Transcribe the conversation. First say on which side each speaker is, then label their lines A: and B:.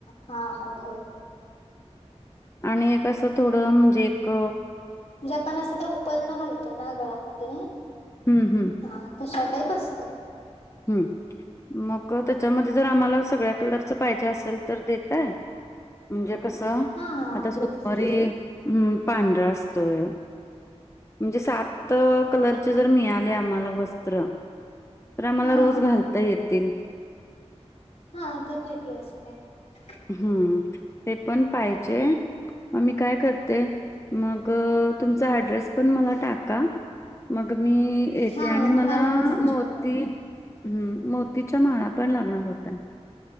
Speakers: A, on the left (about 65°); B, on the left (about 25°).
A: हा होय होय होय
B: आणि असं थोडं म्हणजे एक.
A: जे पण असं ते उपरण घालतो ना गळा्यामध्ये
B: हम्म हम्म
A: हा तशा टाईप असत. असत
B: हम्म मग त्याच्यामध्ये जर आम्हाला सगळ्या कलरच पाहिजे असेल तर देतय? म्हणजे कस आता
A: हा हा
B: सुमारी
A: ते ठीक
B: हं पांढरा असतोय. म्हणजे सात कलर. मिळाले आम्हाला वस्त्र आम्हाला
A: हा
B: रोज
A: हा
B: घालता येतील.
A: हा तेथ क असं काही नाही.
B: हम्म ते पण पाहिजे मग मी काय करते मग तुमचा ऍड्रेस पण मला टाका. मग मी येते
A: हा
B: आणि
A: हा तुम्हाला
B: मला
A: मेसेज
B: मोती
A: करेन की
B: हम्म
A: मी.
B: मोतीच्या माळा पण लागणार होत्या.